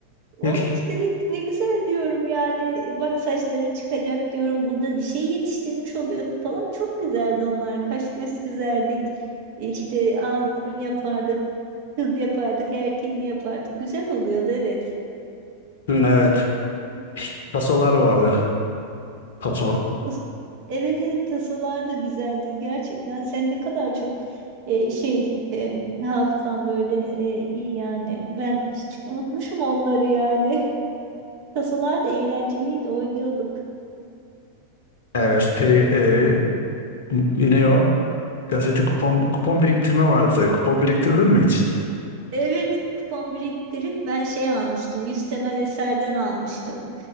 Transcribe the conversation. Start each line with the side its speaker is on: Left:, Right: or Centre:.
Right: Oğlum
Left: Gel.
Right: işte ne, ne güzel diyorum yani E, bak saçları çıkacak diyorum burada bir şey yetiştirmiş oluyorsun falan çok güzeldi onlar kaş göz çizerdik işte ağız burun yapardık kız yapardık erkeğini yapardık güzel oluyordu evet.
Left: Hmm, Evet. Tasolar vardı. Taso.
Right: Tas- Evet evet tasolar da güzeldi gerçekten. Sen ne kadar çok e, şey e, hafızan böyle e, iyi yani. Ben hiç unutmuşum onları yani. <laughs> Tasolar da eğlenceliydi oynuyorduk.
Left: Evet. P,
Right: E,
Left: e, ne o? Gazete kupon kupon biriktirme vardı. Kupon biriktirdin mi hiç?
Right: Evet kupon biriktirip ben şey almıştım. Yüz temel eserden almıştım.